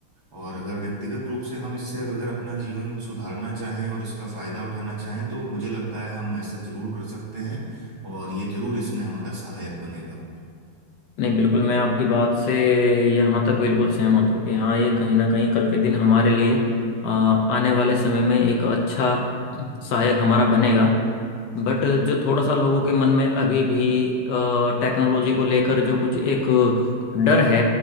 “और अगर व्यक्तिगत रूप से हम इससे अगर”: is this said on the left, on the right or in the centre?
Right